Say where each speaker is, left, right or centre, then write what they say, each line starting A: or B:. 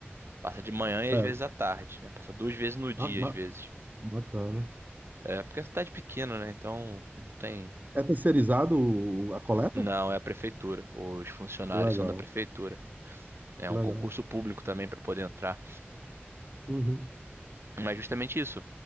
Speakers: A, on the right; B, on the right.
A: Passa de manhã e
B: certo.
A: às vezes à tarde, né? Passa duas vezes no dia,
B: Ba-
A: às
B: ba-
A: vezes.
B: Bacana.
A: É, porque é uma cidade pequena, né? Então não tem.
B: É terceirizado o- a coleta?
A: Não, é a prefeitura. Os funcionários
B: Legal,
A: são da prefeitura. É
B: legal.
A: um concurso público também para poder entrar.
B: Uhum.
A: Mas justamente isso.